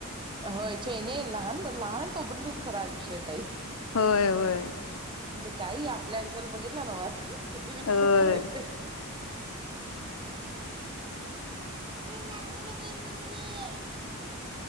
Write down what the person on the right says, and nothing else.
होय चिनी लहान लहान आहे तोपर्ंतुच खरं आयुष्यताई
काही आपल्या आयुष्याला बघितलं नव आता किती विचार
करायचे? नानमन नि मीे